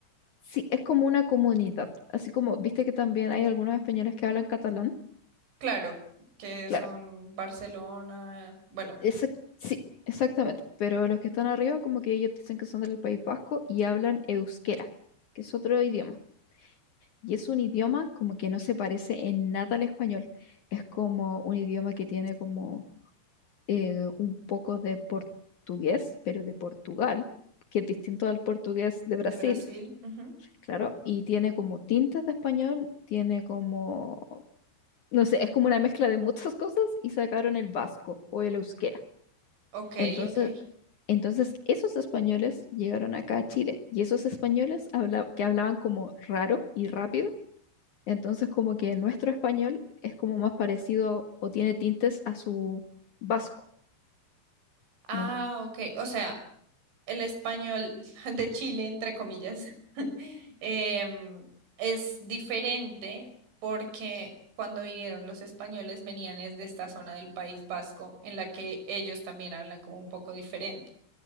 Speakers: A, on the left; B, on the right.
A: sí, es como una comunidad, así como, viste que también hay algunos españoles que hablan catalán,
B: claro, que
A: claro.
B: son Barcelona, bueno,
A: Esa-
B: y-
A: sí, exactamente. Pero los que están arriba, como que ellos dicen que son del País Vasco y hablan euskera, que es otro idioma. Y es un idioma como que no se parece en nada al español. Es como un idioma que tiene como eh, un poco de portugués, pero de Portugal, que es distinto al portugués de
B: de
A: Brasil,
B: Brasil. Ujú.
A: claro. Y tiene como tintas de español, tiene como, no sé, es como una mezcla de muchas <laughs> cosas y sacaron el vasco o el euskera.
B: Ok,
A: Entonces,
B: ok.
A: entonces esos españoles llegaron acá a Chile y esos españoles habla- que hablaban como raro y rápido, entonces como que nuestro español es como más parecido o tiene tintes a su vasco.
B: Ah,
A: ¿me en-
B: ok. O sea, el español <laughs> de Chile, entre comillas, <laughs> em, es diferente porque cuando vinieron los españoles venían desde esta zona del País Vasco en la que ellos también hablan como un poco diferente.